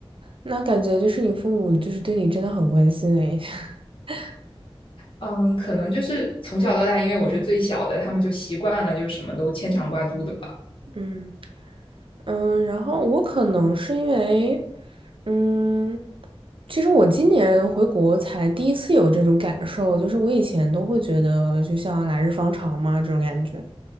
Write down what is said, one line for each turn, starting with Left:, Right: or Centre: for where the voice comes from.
Right: 那感觉就是你父母就是对你真的很关心哎。<laughs>
Left: 嗯，可能就是从小到大，因为我是最小的，他们就习惯了，就什么都牵肠挂肚的吧。
Right: 嗯。嗯，然后我可能是因为，嗯，其实我今年回国才第一次有这种感受，就是我以前都会觉得就像来日方长嘛这种感觉，